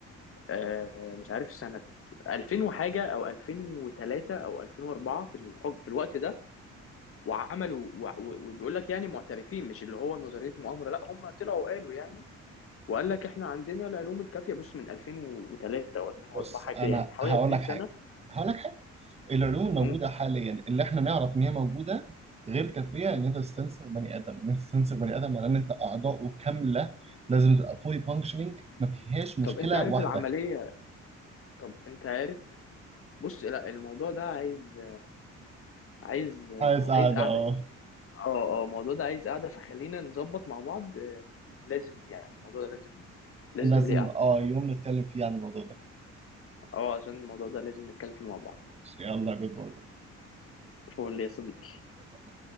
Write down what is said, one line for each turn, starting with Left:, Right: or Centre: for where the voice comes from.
Left: آه، مش عارف سنه 2000 وحاجه او 2003 او 2004 في الحج في الوقت ده وعملوا و- و- وبيقول لك يعني معترفين مش اللي هو نظريه مؤامره لا هم طلعوا قالوا يعني وقال لك احنا عندنا العلوم الكافيه بص من 2003 او 2004
Right: بص
Left: حاجه
Right: انا
Left: كده يعني من حوالي
Right: هقول
Left: 20
Right: لك
Left: سنه
Right: حاجة هقول لك حاجة العلوم الموجودة
Left: امم
Right: حاليا اللي احنا نعرف ان هي موجودة غير كافية
Left: امم
Right: ان انت تستنسخ بني ادم ان انت تستنسخ بني ادم على ان انت اعضاؤه كاملة لازم تبقى فولي فانكشنينج ما فيهاش مشكلة
Left: طب انت عارف
Right: واحدة
Left: العمليه طب انت عارف بص لا الموضوع ده عايز عايز
Right: عايز
Left: عايز
Right: قاعدة
Left: قعده
Right: اه
Left: يعني اه اه الموضوع ده عايز قعده فخلينا نظبط مع بعض آه، لازم يعني الموضوع ده لازم لازم
Right: لازم
Left: ليه قعده
Right: اه يوم نتكلم فيه عن الموضوع ده
Left: اه عشان الموضوع ده لازم نتكلم فيه مع بعض
Right: يلا جود
Left: فول يا صديقي
Right: باي